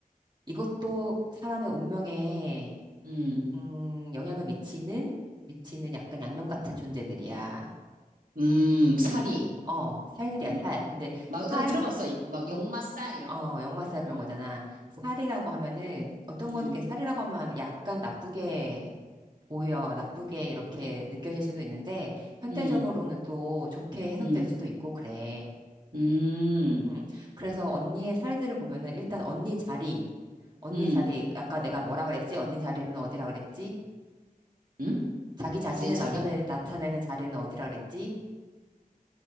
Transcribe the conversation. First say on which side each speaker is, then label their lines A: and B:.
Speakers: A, on the right (about 30°); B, on the right (about 70°).
A: 이것도 사람의 운명에,
B: 음,
A: 음, 영향을 미치는, 미치는 약간 양념 같은 존재들이야.
B: 음, 살이.
A: 어, 살들이야,
B: 음.
A: 살. 근데
B: 막,
A: 살,
B: 나 들어봤어. 막, 역마싸, 이런
A: 어,
B: 거.
A: 역마살 그런
B: 음,
A: 거잖아. 살이라고 하면은 어떤
B: 음,
A: 거는 이렇게 살이라고 하면 약간 나쁘게 오히려 나쁘게 이렇게 느껴질 수도 있는데, 현대적으로는
B: 음,
A: 또 좋게 해석될
B: 음,
A: 수도 있고, 그래.
B: 음,
A: 음. 그래서 언니의 살들을 보면은 일단 언니 자리, 언니
B: 음,
A: 자리, 아까 내가 뭐라 그랬지? 언니 자리는 어디라 그랬지?
B: 음?
A: 자기 자신을
B: 내 차례?
A: 나타내, 나타내는 자리는 어디라 그랬지?